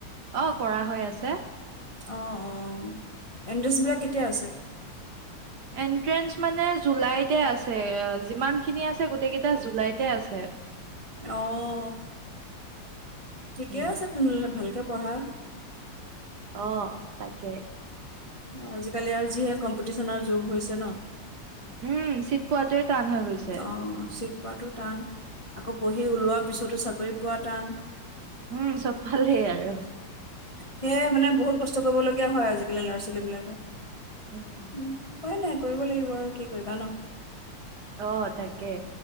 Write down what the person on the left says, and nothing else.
অ', অ', এণ্ট্ৰেন্স বিলাক কেতিয়া আছে?
অ', ঠিকে
আছে, তেনেহলে ভালকে পঢ়া
আ, আজিকালি আৰু যিহে কম্পিটিচনৰ যুগ হৈছে ন'।
অ চিট পোৱাটো টান আকৌ পঢ়ি ওলোৱা পিছতো চাকৰি পোৱা টান
সেয়াই মানে বহুত কষ্ট কৰিবলগীয়া হয়, আজিকালি ল'ৰা ছোৱা ছোৱলী বিলাকে
উম, উপাই নাই কৰিব লাগিব আৰু কি কৰিবা ন